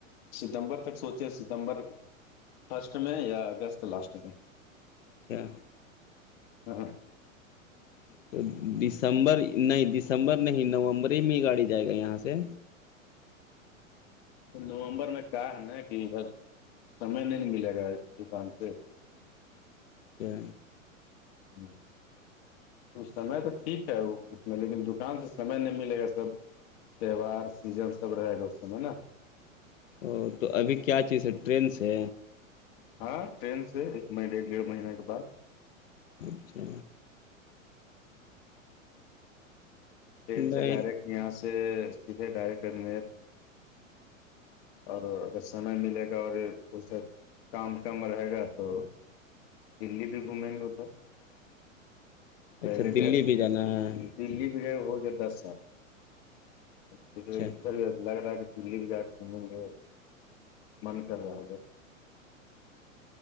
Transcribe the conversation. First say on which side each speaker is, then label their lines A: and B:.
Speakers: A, on the left; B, on the left.
A: ستمبر تک سوچے ستمبر فرسٹ میں یا اگست لاسٹ میں
B: اچھا
A: ہاں
B: تو دسمبر نہیں دسمبر نہیں نومبر ہی میں ہی گاڑی جائے گا یہاں سے
A: نومبر میں کہ ہے نا کہ ادھر سمے نہیں نہیں ملے گا دکان سے
B: اچھا
A: جی سمے تو ٹھیک ہے اس میں لیکن دکان سے سمے نہیں ملے گا سب تیوار سیجن سب رہے گا اس س میں نا
B: او تو ابھی کیا چیز ہے ٹرین سے
A: ہاں ٹرین سے ایک مہینے ڈیڑھ مہینے کے بعد
B: اچھا
A: ٹرین
B: نہیں
A: سے ڈائریکٹ یہاں سے سیدھے ڈائریکٹ ادمیر اور اگر سمے ملے گا اور اسے کامٹم رہے گا تو دللی بھی گھومیں گے تو پہلے
B: اچھا دلی
A: گئے تھے
B: بھی جانا ہے
A: جی دلی بھی جئے ہو گیا دس سال پھر
B: اچھا
A: ادھر لگ رہا دلی کے گاٹ گھومیں گے من کر رہا ہے ہے